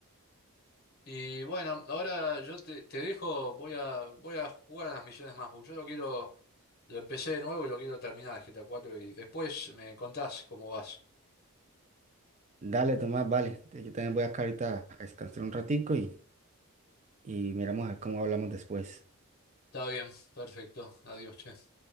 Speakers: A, on the left; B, on the right.
A: Y bueno, ahora yo te, te dejo, voy a, voy a jugar a las misiones más. porque Yo lo quiero, lo empecé de nuevo y lo quiero terminar, el GTA cuatro y después me contás cómo vas.
B: Dale, Tomás, vale, yo también voy acá ahorita a descansar un ratico y, y miramos a ver cómo hablamos después.
A: Está bien, perfecto. Adiós, che.